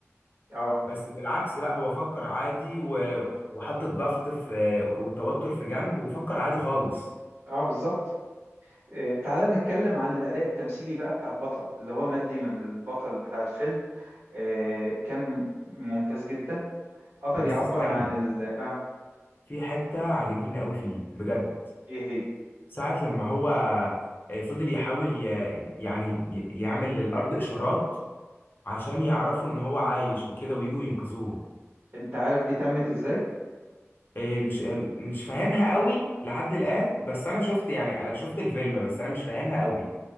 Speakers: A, on the right; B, on the left.
A: اه
B: بس بالعكس لا هو فكر عادي و... وحط الضغط في والتوتر في جنب وفكر عادي خالص
A: اه بالظبط آه، تعالى نتكلم عن الأداء التمثيلي بقى بتاع البطل اللي هو مات ديمون البطل بتاع الفيلم آه، كان ممتاز جدا قدر
B: بس
A: يعبر
B: استنى
A: عن ال اه
B: في حتة عجبتني قوي فيه بجد
A: ايه هي
B: ساعة لما هو آه، فضل يحاول ي... يعني ي- يعمل للأرض إشارات عشان يعرفوا ان هو عايش وكده ويجوا ينقذوه
A: انت عارف دي تمت ازاي
B: إيه مش مش فاهمها قوي لحد الآن بس أنا شفت يعني أنا شفت الفيلم بس أنا مش فاهمها قوي